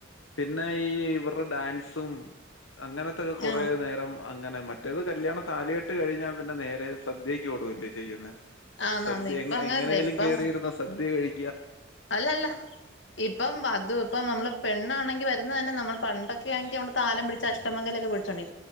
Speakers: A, on the left; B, on the left.
A: പിന്നെ ഈ ഇവരുടെ ഡാൻസ് സും അങ്ങനത്തൊക്കെ കുറ
B: ആ
A: നേരം അങ്ങനെ മറ്റേത് കല്യാണം താലയിെട്ട് കഴിഞ്ഞാൽ പിന്നെ നേരെ സദ്യയ്ക്ക്ോടുൂല്ലേ ചെയ്യുന്നത്
B: ആ
A: സദ്യ
B: നന്ദി ഇപ്പൊ
A: എങ്ങ
B: അങ്ങനല്ലേ
A: എങ്ങനെലും
B: ഇപ്പം
A: കേറിയിരുന്ന സദ്യ കിട്ടി
B: അല്ലല്ല ഇപ്പം അത് ഇപ്പം നമ്മള് പെണാണെങ്കി വരുന്നത് തന്നെ നമ്മൾ പണ്ടൊക്കെയായെങ്കിൽ നമ്മൾ താലം പിടിച്ച് അഷ്ടമംഗലൊക്കെ പിടിച്ചോണ്ടെ